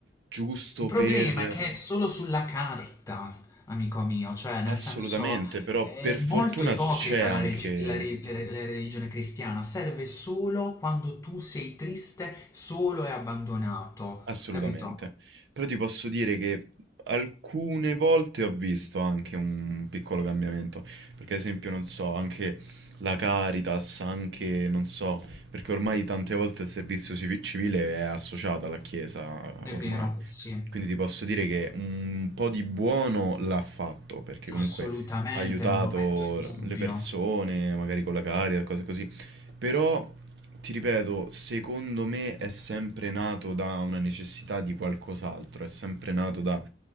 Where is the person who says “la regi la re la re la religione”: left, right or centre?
Left